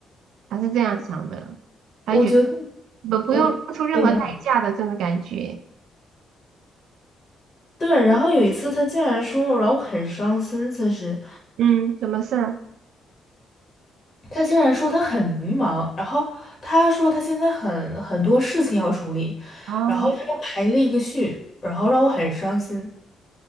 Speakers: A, on the right; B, on the left.
A: 他是这样想的，他觉得
B: 我觉得
A: 不不用付出任何代价的这种感觉。
B: 我有点对，然后有一次他竟然说，然后我很伤心，其实。
A: 嗯，什么事儿？
B: 他竟然说他很迷茫，然后他说他现在很很多事情要处理，
A: 哦，
B: 然后他排了一个序，然后让我很伤心。